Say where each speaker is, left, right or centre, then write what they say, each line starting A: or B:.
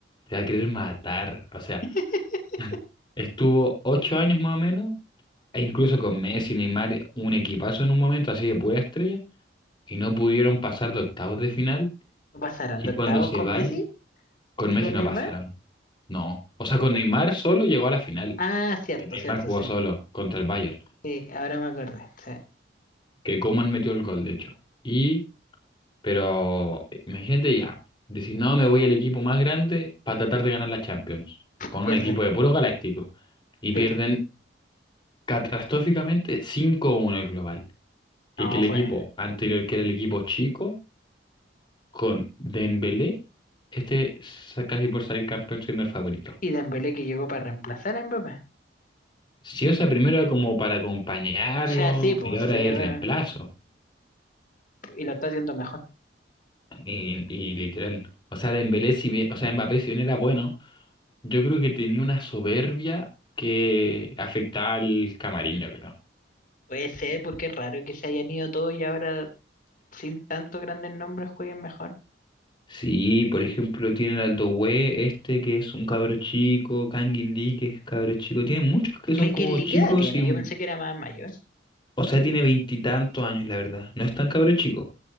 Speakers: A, on the left; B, on the left.
A: se va a querer matar. O sea,
B: <laughs>
A: <laughs> estuvo ocho años más o menos, e incluso con Messi, Neymar, un equipazo en un momento así de pura estrella, y no pudieron pasar de octavos de final.
B: ¿No pasaron
A: Y
B: de
A: cuando
B: octavos
A: se
B: con
A: vaya,
B: Messi
A: con
B: ni
A: Messi
B: con
A: no
B: Neymar?
A: pasaron. No. O sea, con Neymar solo llegó a la final.
B: Ah, cierto,
A: que Neymar
B: cierto,
A: jugó
B: sí.
A: solo contra el Bayern,
B: Sí, ahora me acordé. Sí.
A: que Coman metió el gol, de hecho. Y, pero, imagínate ya, decir, no, me voy al equipo más grande para tratar de ganar la Champions, con
B: Pierde,
A: un equipo de puros galácticos, y
B: pierde.
A: pierden catastróficamente 5-1 el global. Y
B: No,
A: que el
B: fue.
A: equipo anterior, que era el equipo chico, con Dembélé, este sa- casi por salir campeón siendo el favorito.
B: Y Dembélé que llegó para reemplazar a Mbappé.
A: Si o sea, primero era como para acompañarlo,
B: O sea, sí, pues
A: y ahora
B: fue llegó
A: es el reemplazo.
B: y lo está haciendo mejor.
A: Y, y literal. O sea, Dembélé, si bien, o sea, Mbappé, si bien era bueno, yo creo que tenía una soberbia que afectaba al camarín, yo creo.
B: Puede ser, porque es raro que se hayan ido todos y ahora sin tantos grandes nombres jueguen mejor.
A: Sí, por ejemplo, tienen al Doué, este que es un cabro chico, Kangin Lee que es cabro chico. Tienen muchos que son
B: Kangin
A: como chicos
B: qué edad tiene?
A: y un...
B: Yo pensé que era más mayor.
A: O sea, tiene veintitantos años, la verdad. No es tan cabro chico.